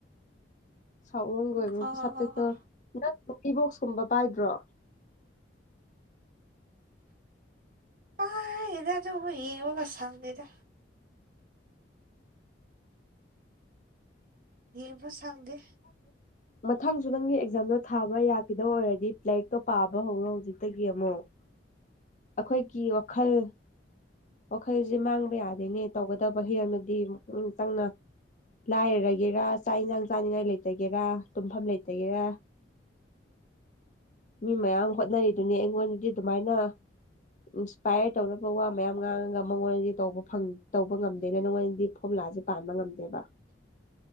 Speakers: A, on the left; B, on the right.
A: ꯁꯂꯝꯒꯤ ꯑꯣꯏꯕ
B: ꯍ ꯍ
A: ꯁꯥꯞꯇꯛꯇ
B: ꯍ ꯍ
A: ꯅꯪꯄꯤꯕꯣꯛꯁꯀꯨꯝꯕ ꯄꯥꯏꯗ꯭ꯔꯣ
B: ꯑ ꯏ ꯑꯗꯨ ꯌꯦꯉꯒ ꯆꯗꯗ ꯍꯕꯨ ꯁꯪꯗꯦ
A: ꯃꯊꯪꯁꯨ ꯅꯪꯒꯤ ꯑꯦꯛꯖꯥꯝꯗꯣ ꯊꯥꯕ ꯌꯥꯈꯤꯗꯕ ꯑꯣꯏꯔꯗꯤ ꯂ꯭ꯂꯥꯏꯔꯤꯛꯇꯣ ꯄꯥꯕ ꯍꯧꯔꯣ ꯍꯧꯖꯤꯛꯇꯒꯤ ꯑꯃꯨꯛ ꯑꯩꯈꯣꯏꯒꯤ ꯋꯥꯈꯜ ꯋꯥꯈꯜꯁꯦ ꯃꯥꯡꯕ ꯌꯥꯗꯣꯏꯅꯦ ꯇꯧꯒꯗꯕ ꯍꯤꯔꯝꯃꯗꯤꯛ ꯆꯪꯅ ꯂꯥꯏꯔꯒꯦꯔꯥ ꯆꯥꯛ ꯌꯦꯟꯁꯥꯡ ꯆꯥꯅꯤꯡꯉꯥꯏ ꯂꯩꯇꯒꯦꯔꯥ ꯇꯨꯝꯐꯝ ꯂꯩꯇ ꯇꯔ ꯃꯤ ꯃꯌꯥꯝ ꯍꯣꯠꯅꯔꯤꯗꯨꯅꯤ ꯑꯩꯉꯣꯟꯗꯗꯤ ꯑꯗꯨꯃꯥꯏꯅ ꯏꯟꯁꯄꯔ ꯇꯧꯔ ꯄ ꯃꯌꯥꯝ ꯉꯥꯡꯉꯒ ꯃꯉꯣꯟꯗꯤ ꯇꯧꯕ ꯐ ꯇꯧꯕ ꯉꯝꯗꯦꯅ ꯅꯪꯉꯣꯟꯗꯗꯤ ꯐꯣꯔꯃꯨꯂꯥꯥꯁꯦ ꯄꯥꯟꯕ ꯉꯝꯗꯦꯕ